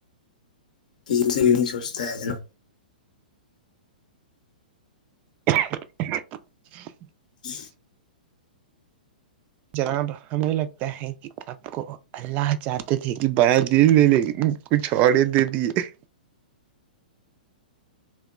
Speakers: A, on the left; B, on the right.
A: کسی سے بھی نہیں سوچتا ہے نا
B: <inaudible>
A: جی
B: جناب ہمیں لگتا ہے کہ سب کو <inaudible> اللہ چاہتے تھے کہ بیا دل میں لے کچھ اورڑے دے دیے